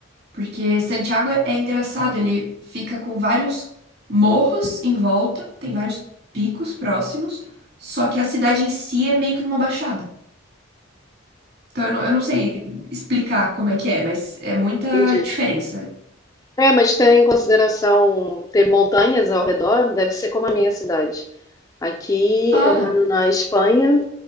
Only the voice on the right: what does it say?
Porque Santiago é, é engraçado, ele fica com vários morros em volta, tem vários picos próximos, só que a cidade em si é meio que numa baixada. Então eu não, eu não sei explicar como é que é, mas é muita
diferença.
Ah,